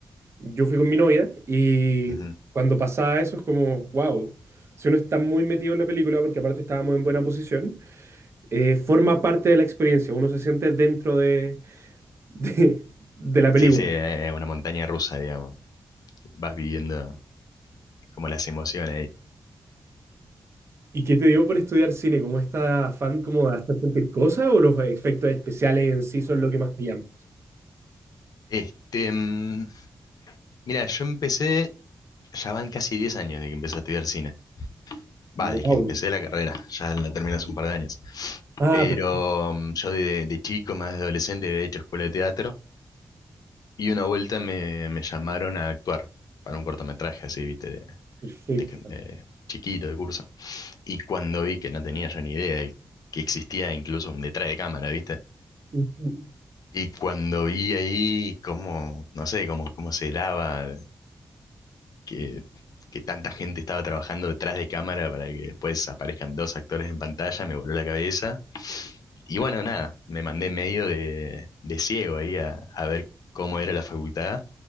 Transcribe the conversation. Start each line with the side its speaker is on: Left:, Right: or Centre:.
Right: yo fui con mi novia y
Left: Ujú.
Right: cuando pasaba eso es como, wow, si uno está muy metido en la película, porque aparte estábamos en buena posición, eh, forma parte de la experiencia, uno se siente dentro de, <laughs> de de la película.
Left: Sí, sí, eh, una montaña rusa, digamos. Vas viviendo como las emociones ahí.
Right: ¿Y qué te dio por estudiar cine? ¿Cómo esta afán como de hacer sentir cosas o los efectos especiales en sí son lo que más te llama?
Left: Este, mm, mira, yo empecé Ya van casi 10 años de que empecé a estudiar cine.
Right: Wow.
Left: Va, desde que empecé la carrera, ya la terminé hace un par de años.
Right: Ah,
Left: Pero
Right: per-
Left: mm, yo de, de chico, más de adolescente, había hecho escuela de teatro y una vuelta me, me llamaron a actuar para un cortometraje así, viste, de,
Right: perfecto.
Left: de- de chiquito, de curso. Y cuando vi que no tenía yo ni idea de que existía incluso un detrás de cámara, viste.
Right: Ujú.
Left: Y cuando vi ahí cómo, no sé, cómo, cómo se daba que, que tanta gente estaba trabajando detrás de cámara para que después aparezcan dos actores en pantalla, me voló la cabeza. Y bueno, nada, me mandé medio de, de ciego ahí a, a ver cómo era la facultad,